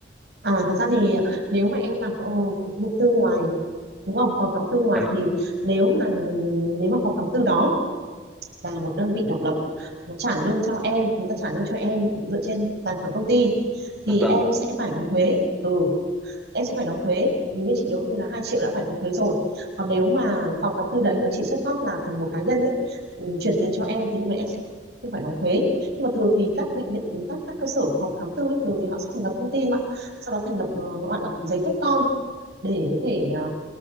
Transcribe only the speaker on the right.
à thật ra thì nếu mà em làm có- việc tư ngoài đúng không phòng khám tư ngoài
thì nếu mà nếu mà phòng khám tư đó là một đơn vị độc lập nó trả lương cho em người ta trả lương cho em dựa trên tài khoản công ty thì
em sẽ phải đóng thuế ừ em sẽ phải đóng thuế hình như chị nhớ không nhầm là 2 triệu đã phải đóng thuế rồi còn nếu mà phòng khám tư đấy là chỉ xuất phát là từ một cá nhân ấy ừ, chuyển tiền cho em thì lúc đấy em sẽ không phải đóng thuế nhưng mà thường thì các bệnh viện các các cơ sở phòng khám tư ấy, thường thì họ sẽ thành lập công ty mà sau đó thành lập ờ, gọi là giấy phép con để có thể ờ,